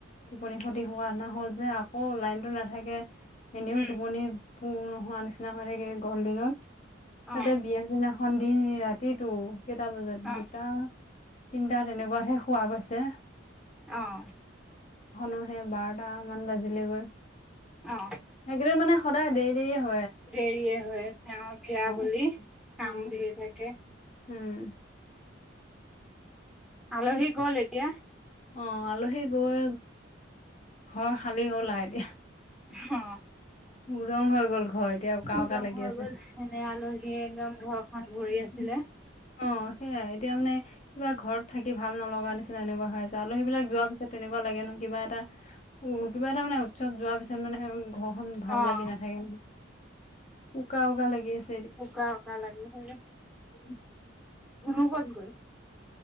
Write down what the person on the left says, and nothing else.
টোপনি খতি হোৱা না হ'ল যে আকৌ লাইনটো নাথাকে। এনেও
টোপনি পূৰ নোহোৱা নিচিনা হৈ থাকে গৰম দিনত, তাতে
বিয়ে দিনাখন দিন ৰাতিটো কেইটা বজাত
দুটা তিনিটা তেনেকুৱাহে খোৱা গৈছে।
সেই বাৰটা মান বাজিলে গৈ,
সেইকেইদিন মানে সদায় দেৰি -দেৰি হ
অ
অ
উম।
অ আলহী গৈ ঘৰ খালি হলাআও এতিয়া।
উ ৰং হৈ গ'ল। ঘৰ এতিয়া উকা
উকা লাগি
আছে
অ
অ সেইয়াই এতিয়া মানে কিবা ঘৰত থাকি ভাল নলগা নিচিনা এনেকুৱা হৈ আছে আলহী বিলাক যোৱাৰ পিছত তেনেকুৱা লাগে নহ কিবা এটা উম কিবা এটা মানে উৎসৱ যোৱাৰ পিছত মানে ঘ ভাল
লাগি নাথাকে। উকা উকা লাগি আছ
উম।